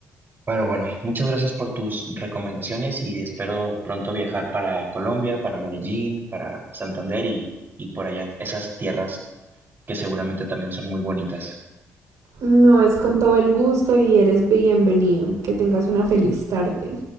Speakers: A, on the right (about 40°); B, on the right (about 75°).
A: Pero bueno, muchas gracias por tus recomendaciones y espero pronto viajar para Colombia, para Medellín, para Santander y, y por allá esas tierras que seguramente también son muy bonitas.
B: No es con todo el gusto y eres bienvenido. Que tengas una feliz tarde.